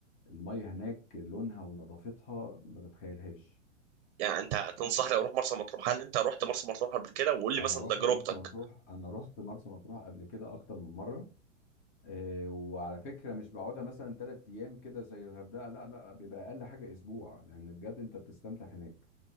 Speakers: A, on the left (about 30°); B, on the right (about 50°).
A: المية هناك لونها ونظافتها ما تتخيلهاش
B: يعني انت تنصحني اروح مرسى مطروح هل انت رحت مرسى مطروح قبل كده وقول لي
A: أنا
B: مثلا
A: رحت
B: تجربتك
A: مرسى مطروح أنا رحت مرسى مطروح قبل كده أكتر من مرة إيه، وعلى فكره مش بقعدها مثلا ثلاث ايام كده زي الغردقه لا لا بيبقى اقل حاجه اسبوع لان بجد انت بتستمتع هناك